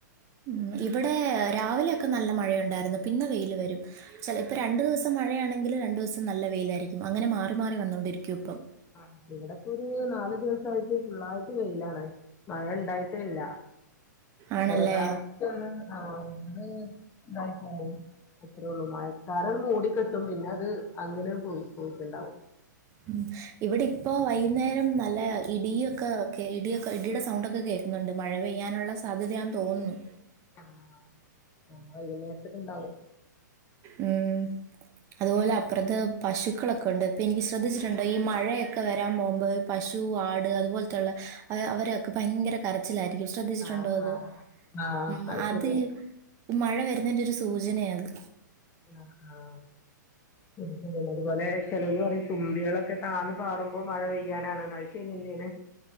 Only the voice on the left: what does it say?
ആഹ് ഇവിടെപ്പൊര് നാല് ദിവസായിട്ട്. ഫുള്ളായിട്ട് വെയിലാണ് മഴ ഇണ്ടായിട്ടേയില്ല.
ചെറുതായിട്ട് ഒന്ന് ആഹ് ഒന്ന്. ഉം. അത്രേ ഉള്ളൂ മഴക്കാർ മൂടി കെട്ടും പിന്നെ അത് അങ്ങനെണ്ട് പോയി പോയിട്ടുണ്ടാവും.
ആഹ്. വൈകുന്നേരത്തേക്ക് ഇണ്ടാവും
ആഹ്
ആഹ് ആഹ്
ശരിയാണ്
ആഹ് ആഹ് ഉം ഉള്ളത്തുപോലെ ചെലോരു പറയും തുമ്പികളൊക്കെ താന്നു പാറുമ്പോ മഴ പെയ്യാനാണ് എന്ന ശരില്ലേനെ